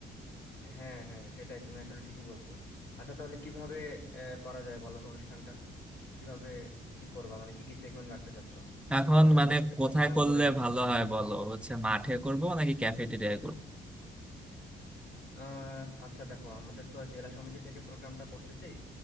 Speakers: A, on the left; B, in the centre.
A: হ্যাঁ হ্যাঁ সেটাই তুমি আসলে ঠিকই বলছো আচ্ছা তাহলে কিভাবে আহ, করা যায় বলো তো অনুষ্ঠানটা কিভাবে কি করবা মানে কি কি সেগমেন্ট রাখতে চাচ্ছো
B: এখন
A: একটু আমরা
B: মানে
A: একটু একটু
B: কোথায়
A: প্ল্যান
B: করলে
A: করে ফেলি
B: ভালো হয় বলো হচ্ছে মাঠে করবো নাকি ক্যাফেটেরিয়ায় করবো?
A: আহ আচ্ছা দেখো আমাদের তো জেলা সমিতি থেকে প্রোগ্রামটা করতেছি